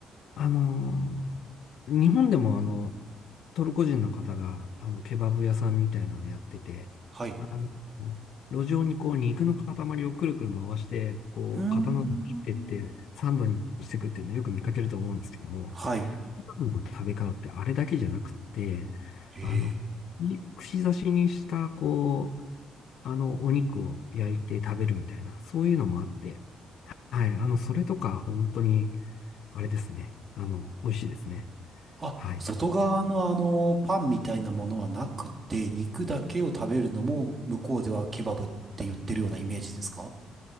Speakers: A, on the left; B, on the right.
A: あのー日本でもあの、トルコ人の方が、あの、ケバブ屋さんみたいなのやってて、
B: はい。
A: あの、路上にこう、肉の塊をくるくる回して、こう、
B: うーん。
A: 刀で切ってって、サンドにしていくっていうのをよく見かけると思うんですけども、
B: はい。
A: ケバブの食べ方ってあれだけじゃなくって、
B: へえ。
A: あの、い串刺しにした、こう、あの、お肉を焼いて食べるみたいな、そういうのもあって、はい、あの、それとか、本当に、あれですね。あの、美味しいですね。
B: あ、
A: はい。
B: 外側のあの、パンみたいなものはなくて、肉だけを食べるのも向こうではケバブって言ってるようなイメージですか